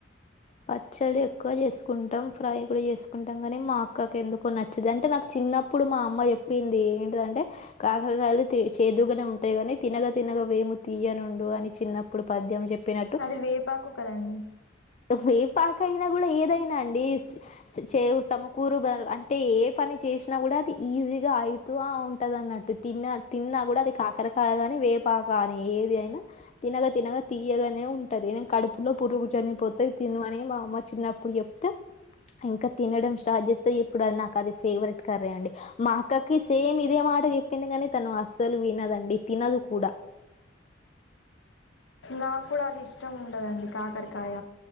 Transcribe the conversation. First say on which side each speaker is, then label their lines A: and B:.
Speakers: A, on the left; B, on the left.
A: పచ్చడెక్కువ చేసుకుంటాం ఫ్రై కూడా చేసుకుంటాం కాని మా అక్కకి ఎందుకో నచ్చదు అంటే నాకు చి ఉన్నప్పుడు మా అమ్మ ఏప్పింది ఏంటి దంటే కాకరకాయలు చేదుగానే ఉంటాయి గాని తినగా తినగా వేము తీయ్యనుండు అని చిన్నప్పుడు పద్యం చెప్పినట్టు
B: అది వేపాకు కదండి
A: వేపాకైనా కూడా ఏదైనా అండి చేదు సమకూరుద అంటే ఏ పని చేసినా కూడా అది ఈజీగా ఐతు ఆ ఉంటంది అన్నట్టు తిన్న తిన్నా కూడా అది కాకరకాయగాని వేపాకని ఏది అయినా తినగా తినగా తీయ్యగనే ఉంటది న కడుపులో పురుగు జనిపోతు తది తిన్మనీ మా అమ్మా చిన్నప్పుడు జేప్తే ఇంకా తినడం స్టార్ట్ చేస్తే ఎప్పుడు అది నాకు అది ఫేవరెట్ కర్రండి మా అక్కకి సేమ్ ఇదే మా మాట చెప్పింది కానీ తను అస్సలు వినదండి తినదు కూడా
B: నాకు కూడా అది ఇష్టముండదండి కాకర్కాయ